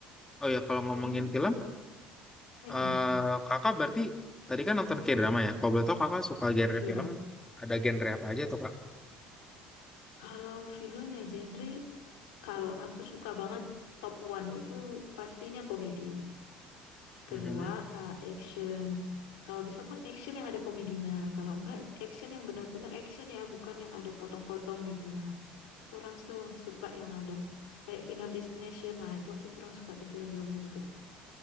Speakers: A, on the left; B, on the left.
A: Oh ya kalau ngomongin
B: Oh,
A: film,
B: mm-mm.
A: eh,
B: ah,
A: Kakak berarti tadi kan nonton K-drama ya? Kalau betul Kakak suka genre
B: iya.
A: film, ada genre apa aja tuh Kak?
B: Kalau film ya genre, kalau aku suka banget top one itu pastinya komedi.
A: Mhm.
B: Kedua, eh, action. Kalau bisa pun action yang ada komedinya. Kalau enggak, action yang benar-benar action ya, bukan yang ada potong-potong gitu. Nah, aku kurang tuh suka yang ada kayak Final Destination. Nah, itu aku kurang suka tuh film-film yang gitu.